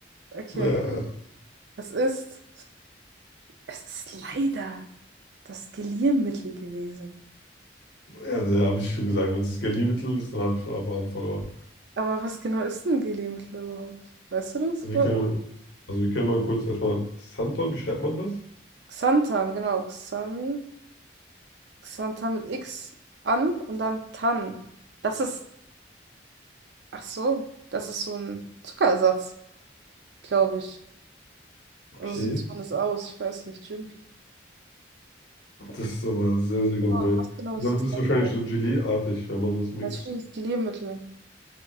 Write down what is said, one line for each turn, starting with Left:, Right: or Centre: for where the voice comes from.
Right: Okay,
Left: naja, ja,
Right: es ist. Es ist leider das Geliermittel gewesen.
Left: ja, ja, da habe ich schon gesagt, wenn es das Galliermittel ist, dann habe ich von Anfang an verloren.
Right: Aber was genau ist ein Geliermittel überhaupt? Weißt du das?
Left: Wir
Right: Wo-
Left: können, also wir können mal kurz erstmal, Santon, wie schreibt man das?
Right: Xanthan, genau. Xan, Xanthan mit X an und dann Tan. Das ist. Ach so, das ist so ein Zuckerersatz, glaube ich.
Left: Okay.
Right: Also so sieht man das aus. Ich weiß nicht. Jimpi.
Left: Das ist aber sehr, sehr gemein.
Right: Genau, was genau
Left: Und
Right: ist
Left: dann wird es
Right: Xanthan?
Left: wahrscheinlich so Gelee-artig, wenn man das mixt.
Right: Das ist für dieses Geliermittel.